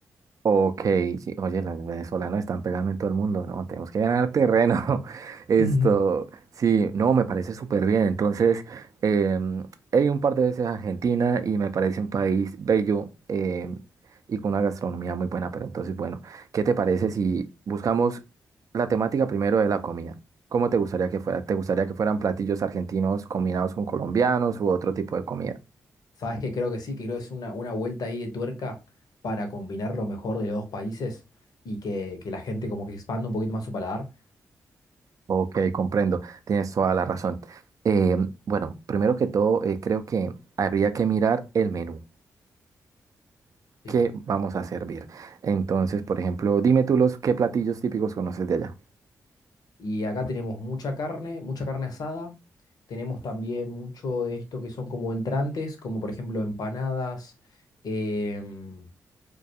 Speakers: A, on the right; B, on the left.
A: Ok, sí, oye, los venezolanos están pegando en todo el mundo, ¿no? Tenemos que ganar terreno. <laughs> Esto,
B: Ujú.
A: sí, no, me parece súper bien. Entonces, em, he ido un par de veces a Argentina y me parece un país bello em, y con una gastronomía muy buena. Pero entonces, bueno, ¿qué te parece si buscamos la temática primero de la comida? ¿Cómo te gustaría que fuera? ¿Te gustaría que fueran platillos argentinos combinados con colombianos u otro tipo de comida?
B: ¿Sabes que Creo que sí, que creo que es una, una vuelta ahí de tuerca para combinar lo mejor de los dos países y que, que la gente como que expanda un poquito más su paladar.
A: Ok, comprendo, tienes toda la razón. Eh, bueno, primero que todo, eh, creo que habría que mirar el menú.
B: Sí.
A: ¿Qué vamos a servir? Entonces, por ejemplo, dime tú los qué platillos típicos conoces de allá.
B: Y acá tenemos mucha carne, mucha carne asada. Tenemos también mucho de esto que son como entrantes, como por ejemplo empanadas. em,